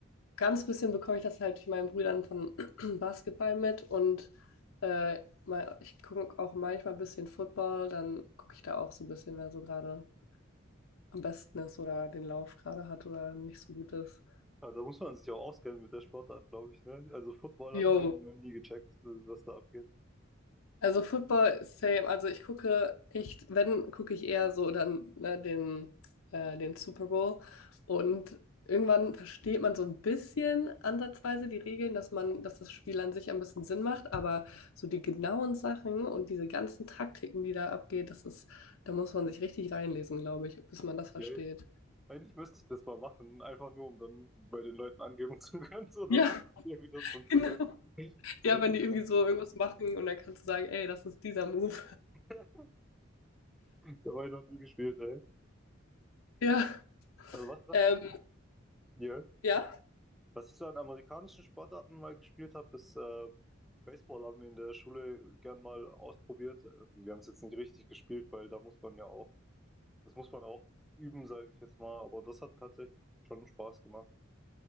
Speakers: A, on the left; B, in the centre.
A: ganz bisschen bekomme ich das halt durch meinen Brüdern von <clears throat> Basketball mit und äh, mal, ich gucke auch manchmal ein bisschen Football, dann gucke ich da auch so ein bisschen, wer so gerade am besten ist oder den Lauf gerade hat oder nicht so gut ist.
B: Aber da muss man sich auch auskennen mit der Sportart, glaube ich, ne? Also Football
A: Jo,
B: habe ich irgendwie noch nie gecheckt, was da abgeht.
A: Also Football, same. Also ich gucke echt, wenn, gucke ich eher so dann ne, den, äh, den Super Bowl. Und irgendwann versteht man so ein bisschen ansatzweise die Regeln, dass man, dass das Spiel an sich ein bisschen Sinn macht. Aber so die genauen Sachen und diese ganzen Taktiken, die da abgeht, das ist, da muss man sich richtig reinlesen, glaube ich, bis man das versteht.
B: Ja. Eigentlich müsste ich das mal machen, einfach nur, um dann bei den Leuten angeben zu können, so dass
A: Ja,
B: ja, wie das
A: <laughs>
B: funktioniert.
A: genau. Ja,
B: Das
A: wenn
B: ist,
A: die irgendwie
B: ja-
A: so irgendwas machen und dann kannst du sagen, ey, das ist dieser Move.
B: <laughs> dabei noch nie gespielt, ey.
A: <laughs> Ja.
B: Also was, was
A: Ähm,
B: ich, ja.
A: ja.
B: Was ich so an amerikanischen Sportarten mal gespielt habe, ist äh, Baseball haben wir in der Schule gern mal ausprobiert. Äh, Wir haben es jetzt nicht richtig gespielt, weil da muss man ja auch, das muss man auch üben, sage ich jetzt mal. Aber das hat tatsächlich schon Spaß gemacht.